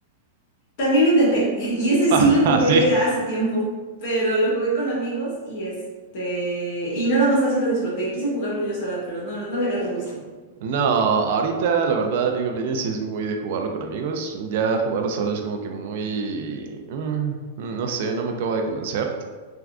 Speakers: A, on the left; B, on the right.
A: También lo intenté <laughs> y ese sí
B: <laughs>
A: lo jugué
B: Ah, sí.
A: hace tiempo, pero lo jugué con amigos y este, y nada más así lo disfruté. Quise jugarlo yo sola, pero no, no le agarré el gusto.
B: No, ahorita la verdad League of Legends sí es muy de jugarlo con amigos. Ya jugarlo solo es como que muy... mm, no sé, no me acabo de convencer.